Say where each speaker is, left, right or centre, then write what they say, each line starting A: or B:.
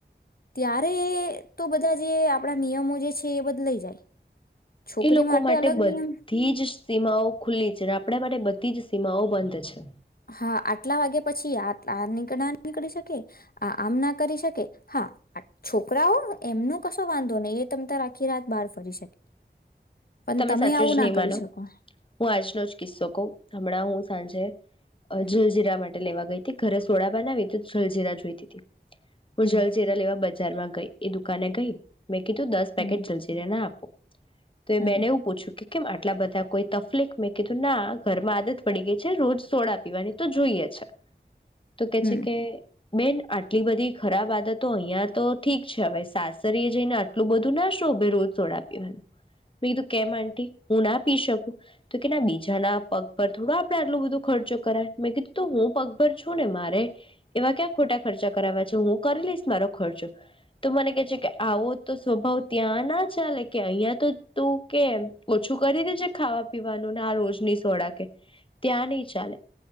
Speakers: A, on the left; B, on the left.
A: ત્યારે એ તો બધા જે... આપણા નિયમો જે છે એ બદલાઈ જાય છોકરી
B: એ લોકો માટે
A: અલગ
B: બધી
A: નિયમ
B: જ સીમાઓ ખુલ્લી છેને આપણે માટે બધ ીજ સીમાઓ બંધ છે
A: હા, આટલા વાગે પછી આ આની ના નીકળી શકે, આ આમ ના કરી શકે. હા, છોકરાઓ? એમનો કશો વાંધો નહી. એ તમ તમારે આખી રાત બહાર ફરી શકે. પણ
B: તમે સાચું
A: આવું
B: જ નહીં
A: ના કરી
B: માનો.
A: શકો
B: હું આજનો જ કિસ્સો કહુ. હમણાં હું સાંજે..
A: હમ
B: જલજીરા માટે લેવા ગઈ. ઘરે સોડા બનાવી, તો જલજીરા જોઈતી તી. હું
A: હમ
B: જલચેરા લેવા બધા બજારમાં ગઈ એ દુકાને ગઈ મેં કીધું દસ
A: હમ
B: પેકેટ જલઝીરા ના આપો તો એ
A: હમ
B: બેને એવું પૂછ્યું કેમ આટલા બધા કોઈ તફલીક મેં કીધું ના ઘરમાં આદત પડી ગઈ છે રોજ સોડા પીવાની તો જોઈએ છે. તો કે
A: હમ
B: છે કે બેન આટલી બધી ખરાબ આદતો અહિયાં તો ઠીક છે હવે સાસરી જઈને આટલું બધું ના શોભ રોજ સોડા પીવાનું મેં કીધું કેમ આટી હું ના પી શકું તો કે ના બીજાના પગ પર થોડો આપડે આટલું બધો ખર્ચો કરાય મેં કીધું તો હું પગભર છું ને મારે એવા ક્યાં ખોટા ખર્ચા કરાવવા છે હું કરી લઈશ મારો ખર્ચો તો મને કે કે આવો તો સ્વભાવ ત્યાં ના ચાલે કે અહિયાં તો તું કે ઓછું કરી દેજે ખાવા પીવાનું ને આ રોજની સોડા કે ત્યાં નહી ચાલે